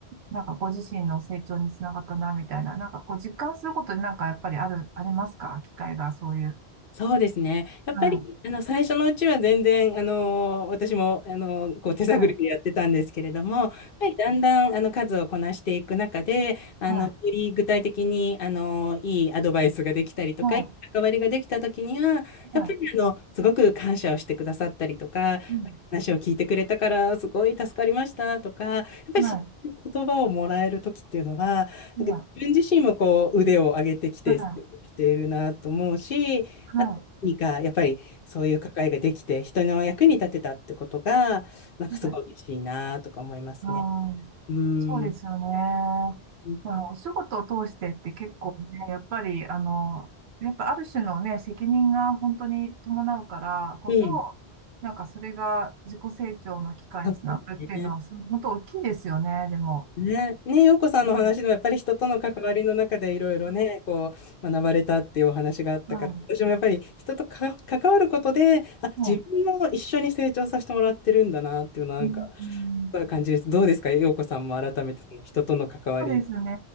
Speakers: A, on the right (about 75°); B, on the left (about 60°).
A: なんかご自身の成長につながったな、みたいな、なんかこう、実感することになんかやっぱりある、ありますか機会が、そういう。
B: そうですね。やっぱり、
A: は
B: あの、最初のうちは全然、あの私も、あのこう、手探りでやってたんですけれども、
A: い。はい。
B: やっぱりだんだん、あの、数をこなしていく中で、あの、
A: はい。
B: より具体的に、あのいいアドバイスができたりとか、
A: は
B: いい関わりができた時には、やっぱり、
A: い。は
B: あの、すごく感謝をしてくださったりとか、
A: い。うん
B: 話を聞いてくれたから、すごい助かりましたとか、やっぱりそういう言葉をもらえる時っていうのは、
A: はい。
B: なんか自分自身もこう、
A: はい。
B: 腕を上げてきて、
A: はい。
B: しているなと思うし、
A: は
B: あと何か、やっぱりそういう関わりができて、人の役に立てたってことが、なんかすごい嬉しいなとか思いますね。
A: い。はい。ああ、
B: うーん。
A: そうですよね。
B: うん。
A: まあ、お仕事を通してって結構ね、やっぱり、あの、やっぱある種のね、責任が本当に伴うからこそ、
B: うん。
A: なんかそれが自己成長の機会につながるっていうのは、
B: そうですね。
A: す本当大きいですよね、でも。
B: ね、ね、洋子さんのお話でもやっぱり人との関わりの中でいろいろね、
A: うん、
B: こう、学ばれたっていうお話があったから、
A: うん、
B: 私もやっぱり人とか関わることで、あ、
A: うん、
B: 自分も一緒に成長させてもらってるんだなっていうのはなんか、
A: ううん
B: そういう感じです。どうですか、洋子さんも改めてその人との関わり。
A: そうですよね。